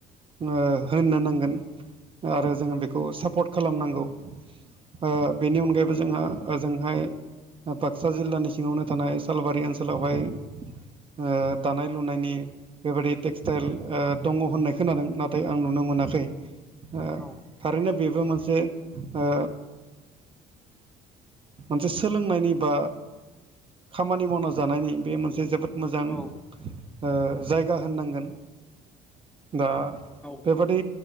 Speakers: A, on the right (about 30°); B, in the centre.
A: ओ होननो नांगोन आरो जोङो बेखौ सापर्ट खालामनांगौ ओ बेनि अनगायैबो जोंहा ओजोंहाय बाक्सा जिल्लानि सिङावनो थानाय सालबारि ओनसोलावहाय ओ दानाय लुनायनि बेबायदि टेक्सटाइल ओ दङ होननाय खोनादों नाथाय आं नुनो मोनाखै ओ
B: औ
A: थारैनो बेबो मोनसे ओ मोनसे सोलोंनायनि बा खामानि मावना जानायनि बे मोनसे जोबोद मोजां
B: औ
A: ओ जायगा होननांगोन दा
B: औ
A: बेबादि